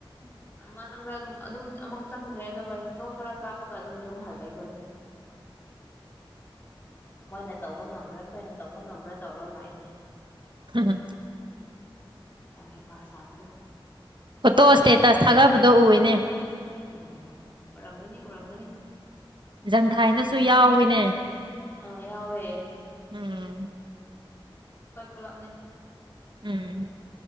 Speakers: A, on the left; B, on the right.
A: ꯃꯔꯛ ꯑꯗꯨꯝ ꯑꯃꯨꯛ ꯆꯡꯗ꯭ꯔꯦ ꯑꯗꯨꯒ ꯐꯣꯇꯣ ꯈꯔ ꯀꯥꯞꯄꯒ ꯑꯗꯨꯝ ꯌꯨꯝꯍꯜꯂꯦ ꯑꯩꯈꯣꯏꯗꯣ
B: <inaudible>
A: ꯃꯣꯏꯅ ꯇꯧꯕ ꯉꯝꯕ꯭ꯔꯥ ꯈꯣꯏꯅ ꯇꯧꯕ ꯉꯝꯕ꯭ꯔꯥ ꯇꯧꯔꯣ ꯂꯥꯛꯏꯅꯦ
B: ꯍꯥ ꯍꯥ
A: ꯌꯥꯝ ꯍꯩꯄ ꯁꯥꯕꯗꯣ
B: ꯐꯣꯇꯣ ꯏꯁꯇꯦꯇꯁ ꯊꯥꯒꯠꯄꯗ ꯎꯏꯅꯦ
A: ꯎꯝ ꯎꯔꯝꯒꯅꯤ ꯎꯔꯝꯒꯅꯤ
B: ꯖꯪꯊꯥꯏꯅꯁꯨ ꯌꯥꯎꯋꯤꯅꯦ
A: ꯑ ꯌꯥꯎꯋꯦ
B: ꯎꯝ
A: ꯑꯩꯈꯣꯏ ꯄꯨꯂꯞꯅꯦ
B: ꯎꯝ